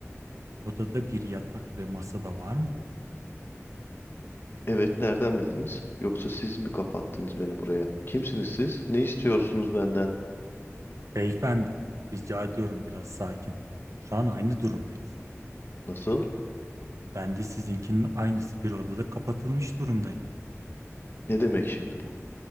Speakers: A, on the right; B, on the left.
A: Odada bir yatak ve masada var mı?
B: Evet, nereden bildiniz? Yoksa siz mi kapattınız beni buraya? Kimsiniz siz? Ne istiyorsunuz benden?
A: Beyefendi, rica ediyorum biraz sakin. Şu an aynı durumdayız.
B: Nasıl?
A: Ben de sizinkinin aynısı bir odada kapatılmış durumdayım.
B: Ne demek şimdi bu?